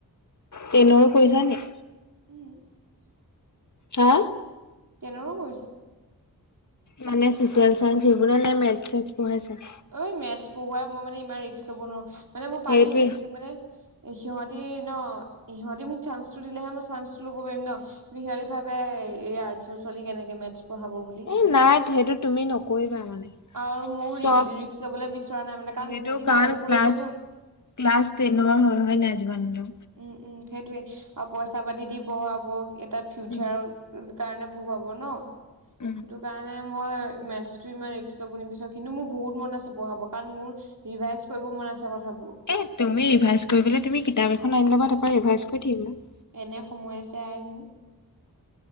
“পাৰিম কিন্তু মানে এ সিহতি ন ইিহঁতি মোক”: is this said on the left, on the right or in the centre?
Right